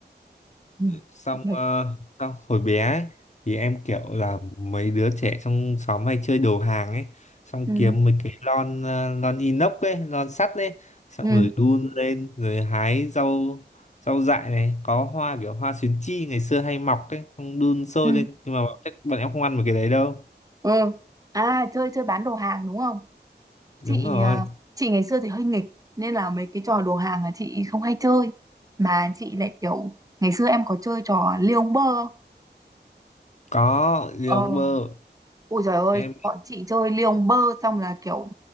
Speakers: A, on the right; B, on the left.
A: ừ
B: xong
A: ừ
B: ờ, xong hồi bé ấy, thì em kiểu là mấy đứa trẻ trong xóm hay chơi đồ hàng ấy xong
A: ừ
B: kiếm mấy cái lon ờ, lon inox ấy lon sắt ấy xong
A: ừ
B: rồi đun lên rồi hái rau rau dại này có hoa kiểu hoa xuyến chi ngày xưa hay mọc ấy xong đun sôi
A: ừ
B: lên nhưng mà bọn, bọn em không ăn mấy cái đấy đâu
A: ừ. à chơi chơi bán đồ hàng đúng không chị
B: đúng rồi
A: ờ, chị ngày xưa thì hơi nghịch nên là mấy cái trò đồ hàng là chị không hay chơi mà chị lại kiểu ngày xưa em có chơi trò liêu bơ không?
B: có lì
A: ờ
B: ông bơ
A: Ôi trời ơi,
B: em
A: bọn chị chơi ly ông bơ xong là kiểu